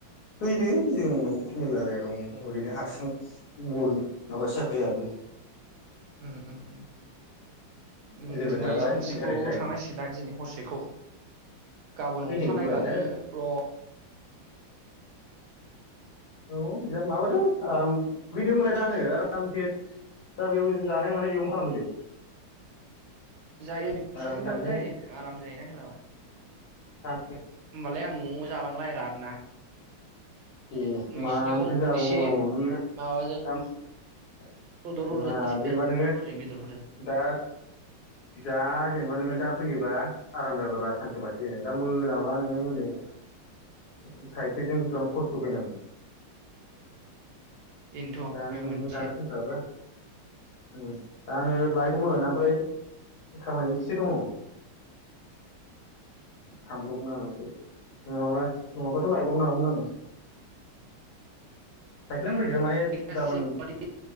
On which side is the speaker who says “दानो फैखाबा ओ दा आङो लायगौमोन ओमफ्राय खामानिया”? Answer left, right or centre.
Left